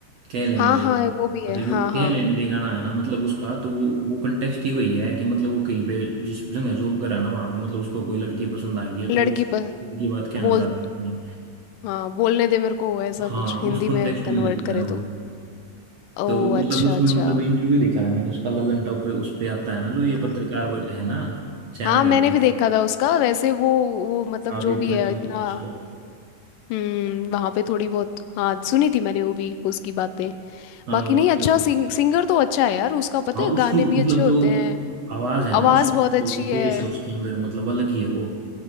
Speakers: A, on the right (about 60°); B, on the left (about 80°).
A: कह लेने
B: हाँ
A: दे
B: हाँ
A: हाँ,
B: वो भी है
A: तो जो
B: हाँ
A: क्या
B: हाँ
A: लेने दे गाना है ना मतलब उसका तो वो वो कंटेक्स्ट ही वही है कि मतलब वो कहीं पे जिस जगह जॉब कर रहा है ना वहां पे मतलब उसको कोई लड़की पसंद आ गई है तो
B: लड़की
A: वो उस
B: पर
A: की बात कहना
B: बोल
A: चाहता है नहीं।
B: हाँ बोलने दे मेरे को ऐसा
A: हाँ
B: कुछ हिंदी
A: उस कंटेक्स्ट
B: में कन्वर्ट
A: में लिखता
B: करे
A: है वो
B: तो ओ
A: तो मतलब
B: अच्छा
A: उसमें
B: अच्छा
A: मतलब इंटरव्यू देखा था मैंने उसका ललन टॉप पे उस पे आता है ना जो ये
B: हाँ
A: पत्रकार वग- है ना चैनल
B: हाँ मैंने
A: है
B: भी देखा था उसका वैसे वो वो मतलब
A: काफी
B: जो भी
A: फनी
B: है इतना
A: बोलता उसको
B: हम्म वहां पे थोड़ी बहुत हाँ सुनी थी मैंने वो भी उसकी बातें
A: हाँ
B: बाकी
A: तो
B: नहीं
A: मतलब
B: अच्छा सिंग, सिंगर तो अच्छा है यार उसका पता
A: हाँ
B: है
A: उसकी
B: गाने
A: मतलब
B: भी अच्छे होते
A: जो
B: हैं
A: आवाज है ना
B: आवाज
A: उसकी
B: बहुत अच्छी
A: जो बेस
B: है
A: है उसके अंदर मतलब अलग ही है वो